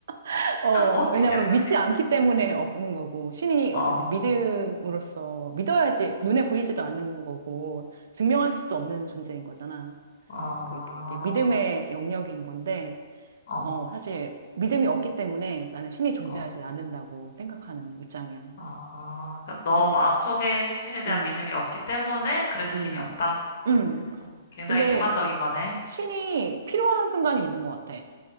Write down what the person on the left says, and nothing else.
없기
때문에.
어,
어
어,
어,
어.
아, 그러니까 너
마음속에 신에 대한
믿음이 없기 때문에 그래서
신이 없다.
굉장히
주관적인 거네.